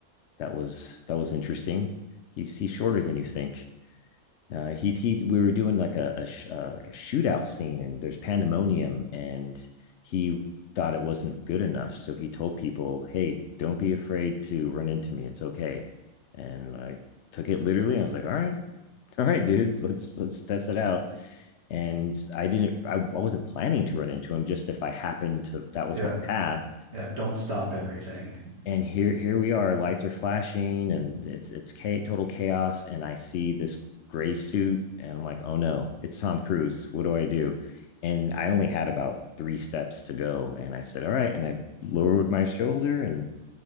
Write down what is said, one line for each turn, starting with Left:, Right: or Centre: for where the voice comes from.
Left: that was that was interesting. He's he's shorter than you think. Uh, he he we were doing like a, a sh- uh, like a shootout scene and there's pandemonium and he thought it wasn't good enough so he told people hey don't be afraid to run into me it's okay and i took it literally i was like all right all right dude let's let's test it out and i didn't i, I wasn't planning to run into him just if i happened to that was
Right: Yeah,
Left: my path
Right: yeah. Don't stop everything.
Left: and here here we are lights are flashing and it's it's total chaos and i see this gray suit and i'm like oh no it's tom cruise what do i do and i only had about three steps to go and i said all right and i lowered my shoulder and